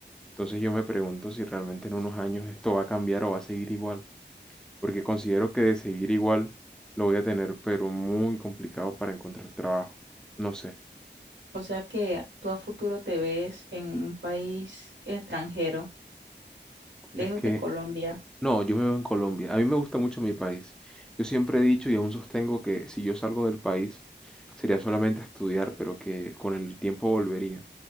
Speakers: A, in the centre; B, on the right (about 85°).
A: Entonces yo me pregunto si realmente en unos años esto va a cambiar o va a seguir igual, porque considero que de seguir igual lo voy a tener, pero muy complicado para encontrar trabajo. No sé,
B: O sea, que tú a futuro te ves en un país extranjero, lejos
A: es que
B: de Colombia.
A: no, yo me veo en Colombia. A mí me gusta mucho mi país. Yo siempre he dicho y aún sostengo que si yo salgo del país sería solamente a estudiar, pero que con el tiempo volvería,